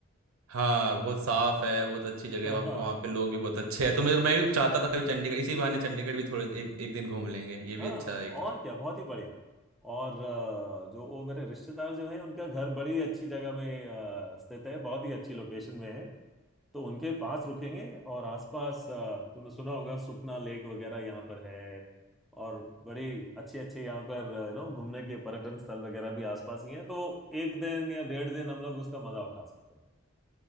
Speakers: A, on the right (about 85°); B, in the centre.
A: हाँ बहुत साफ है बहुत अच्छी
B: <laughs>
A: जगह है
B: हाँ
A: वहाँ
B: हाँ।
A: वहाँ पे लोग भी बहुत अच्छे हैं तो मेरे मैं भी चाहता था कभी चंडीगढ़ इसी बहाने चंडीगढ़ भी थोड़े एक एक दिन घूम लेंगे ये भी
B: हाँ
A: अच्छा है
B: और क्या बहुत ही बढ़िया और अ, जो वो मेरे रिश्तेदार जो हैं उनका घर बड़ी अच्छी जगह पे अ, स्थित है बहुत ही अच्छी लोकेशन में है तो उनके पास रुकेंगे और आसपास अ, तूने सुना होगा सुखना लेक वगैरह यहाँ पर है और बड़े अच्छे अच्छे यहाँ पर नो घूमने के पर्यटन स्थल वगैरह भी आसपास ही हैं तो एक दिन या डेढ़ दिन हम लोग उसका मजा उठा सकते हैं